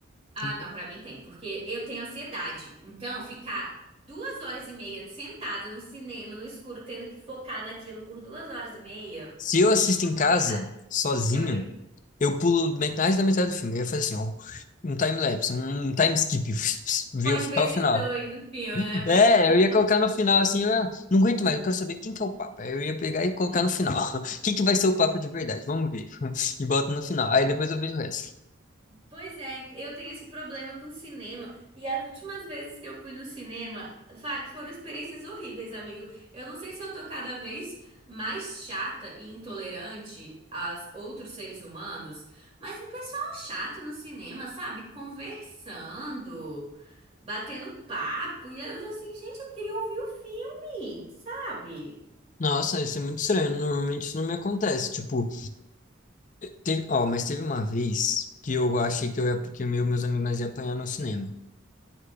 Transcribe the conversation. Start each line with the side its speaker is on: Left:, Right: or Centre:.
Right: Ah,
Left: Tem
Right: não,
Left: que-
Right: pra mim tem, porque eu tenho ansiedade. Então, ficar duas horas e meia sentada no cinema, no escuro, tendo que focar naquilo por duas horas e meia,
Left: Se eu assisto
Right: me dá
Left: em casa,
Right: ansiedade.
Left: sozinho,
Right: Eu prefiro.
Left: eu pulo metade da metade do filme. Eu ia fazer assim, ó, um time-lapse, um time skip, <laughs> ver
Right: Põe
Left: o- só
Right: vezes
Left: o final.
Right: dois no filme, né? Pra
Left: É,
Right: ir mais
Left: eu ia colocar no final assim, eu ia- não aguento mais, eu quero saber quem que é o Papa. Eu ia pegar e colocar no final. <laughs> Quem que vai ser o Papa de verdade? Vamos ver. <laughs> E boto no final. Aí depois eu vejo o resto.
Right: Pois é, eu tenho esse problema com cinema. E as últimas vezes que eu fui no cinema fa- foram experiências horríveis, amigo. Eu não sei se eu tô cada vez mais chata e intolerante aos outros seres humanos, mas um pessoal chato no cinema, sabe? Conversando, batendo papo. E eu assim, gente, eu queria ouvir o filme, sabe?
Left: Nossa, isso é muito estranho. Normalmente isso não me acontece. Tipo, teve, ó, mas teve uma vez que eu achei que eu ia, que eu e meus amigos nós ia apanhar no cinema.